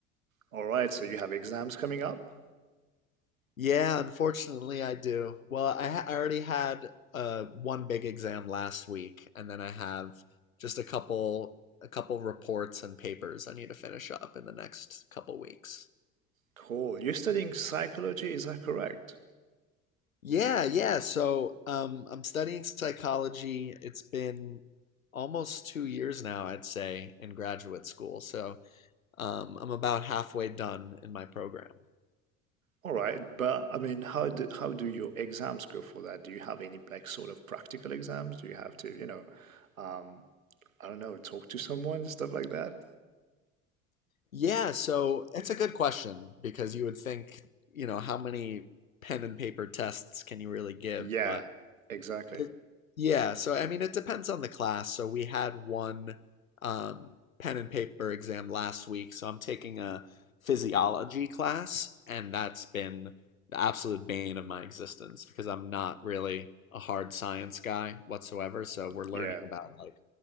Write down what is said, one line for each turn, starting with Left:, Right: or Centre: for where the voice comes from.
Right: All right, so you have exams coming up?
Left: Yeah, unfortunately I do. Well, I, ha I already had uh, one big exam last week, and then I have just a couple a couple reports and papers I need to finish up in the next couple weeks.
Right: Cool. You're studying psychology, is that correct?
Left: Yeah, yeah. So, um, I'm studying psychology. It's been almost two years now, I'd say, in graduate school. So, um, I'm about halfway done in my program.
Right: All right, but I mean, how do, how do your exams go for that? Do you have any like sort of practical exams? Do you have to, you know, um, I don't know, talk to someone and stuff like that?
Left: Yeah, so it's a good question because you would think, you know, how many pen and paper tests can you really give?
Right: Yeah,
Left: But
Right: exactly.
Left: It yeah, so I mean, it depends on the class. So we had one um, pen and paper exam last week. So I'm taking a physiology class, and that's been the absolute bane of my existence because I'm not really a hard science guy whatsoever. So we're learning
Right: Yeah,
Left: about like